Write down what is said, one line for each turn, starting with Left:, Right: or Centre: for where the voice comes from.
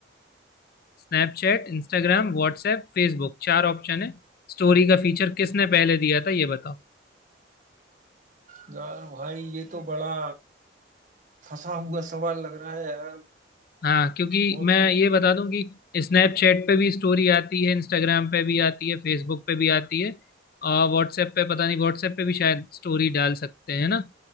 Left: Snapchat Instagram WhatsApp Facebook चार ऑप्शन है स्टोरी का फीचर किसने पहले दिया था ये बताओ
Right: है यार भाई ये तो बड़ा फंसा हुआ सवाल लग रहा है यार
Left: हाँ क्योंकि
Right: बहुत
Left: मैं ये बता दूं कि स्नैपचैट पे भी स्टोरी आती है इंस्टाग्राम पे भी आती है फेसबुक पे भी आती है और व्हाट्सएप पे पता नहीं व्हाट्सएप पे भी शायद स्टोरी डाल सकते हैं ना